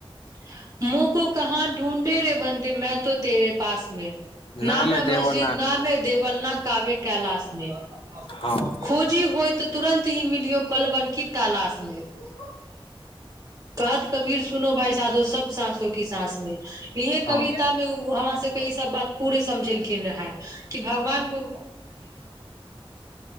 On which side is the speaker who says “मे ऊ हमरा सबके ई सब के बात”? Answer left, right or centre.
Right